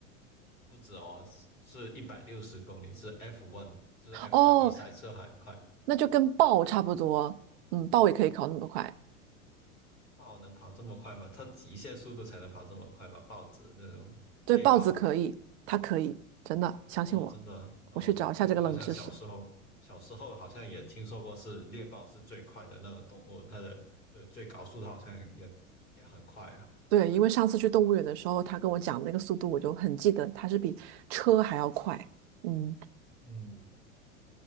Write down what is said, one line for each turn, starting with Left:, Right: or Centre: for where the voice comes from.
Left: 不止哦，是一百六十公里，是 F1，就是 f
Right: 哦，
Left: 一，赛车还快。
Right: 那就跟豹差不多。嗯，豹也可以考那么快。
Left: 豹能跑这么快吗？它极限速度才能跑这么快吧？豹子那种猎豹，
Right: 对，豹子可以，它可以，真的，相信我。
Left: 哦，真的，哦，
Right: 我去找一下这个冷知识。
Left: 对，好像小时候，小时候好像也听说过是猎豹是最快的那个动物，它的呃最高速度好像也也很快啊。
Right: 对，因为上次去动物园的时候，他跟我讲那个速度，我就很记得它是比车还要快。嗯。
Left: 嗯，